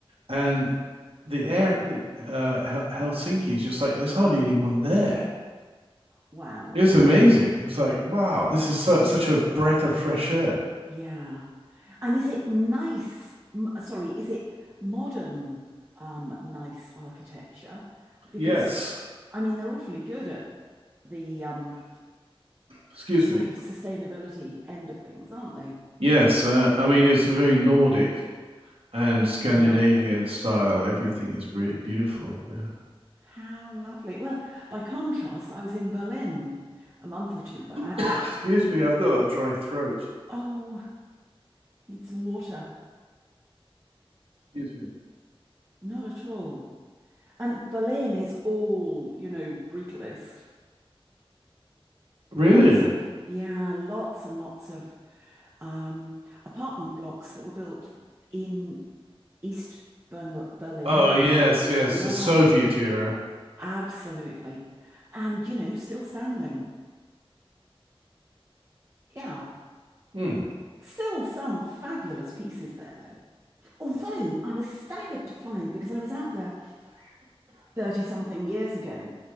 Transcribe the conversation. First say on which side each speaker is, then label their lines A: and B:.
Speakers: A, on the right; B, on the right.
A: and the air uh, Helsinki is just like there's hardly anyone there.
B: wow.
A: It was amazing. It's like wow, this is su- such a breath of fresh air.
B: Yeah. And is it nice? M sorry, is it modern, um, nice architecture? Because
A: Yes,
B: I mean, they're awfully good at the um
A: excuse
B: sort
A: me.
B: of sustainability end of things, aren't they?
A: Yes, uh, I mean it's very Nordic and Scandinavian
B: Lovely.
A: style. Everything is beautiful. Yeah.
B: How lovely. Well, by contrast, I was in Berlin a month or two back.
A: <coughs> excuse
B: <laughs>
A: me, I've got a dry throat.
B: Oh, need some water.
A: Excuse me.
B: Not at all. And Berlin is all, you know, brutalist.
A: Really?
B: Lots of, yeah, lots and lots of um, apartment blocks that were built in East Bern Berlin
A: Oh
B: when
A: yes,
B: it was,
A: yes,
B: yeah,
A: the Soviet era.
B: absolutely. And, you know, still standing. Yeah.
A: Hmm.
B: Still some fabulous pieces there, though. Although I was staggered to find, because I was out there 30 something years ago